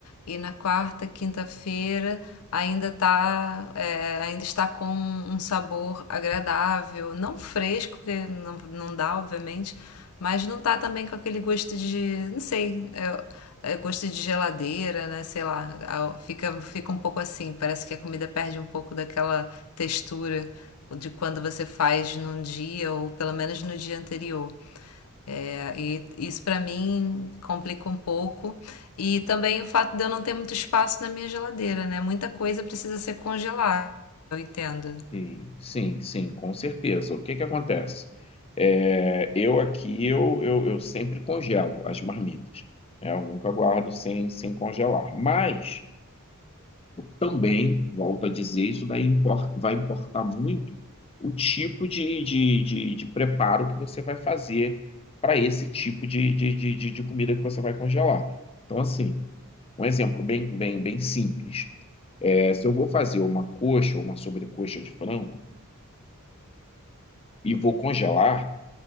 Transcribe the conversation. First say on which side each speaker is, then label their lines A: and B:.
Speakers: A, on the left; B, on the left.
A: e na quarta, quinta-feira ainda tá, é, ainda está com um sabor agradável, não fresco, porque não, não dá, obviamente, mas não tá também com aquele gosto de, não sei, é, é gosto de geladeira, né? Sei lá, fica, fica um pouco assim, parece que a comida perde um pouco daquela textura de quando você faz num dia ou pelo menos no dia anterior. É, e isso para mim complica um pouco. E também o fato de eu não ter muito espaço na minha geladeira, né? Muita coisa precisa ser congelada, eu entendo.
B: Sim, sim, sim, com certeza. O que que acontece? É, eu aqui, eu, eu, eu sempre congelo as marmitas. né? Eu nunca guardo sem, sem congelar. Mas também, volto a dizer, isso daí impor- vai importar muito o tipo de, de, de, de preparo que você vai fazer para esse tipo de, de, de, de de comida que você vai congelar. Então, assim, um exemplo bem, bem, bem simples. É, se eu vou fazer uma coxa ou uma sobrecoxa de frango, e vou congelar,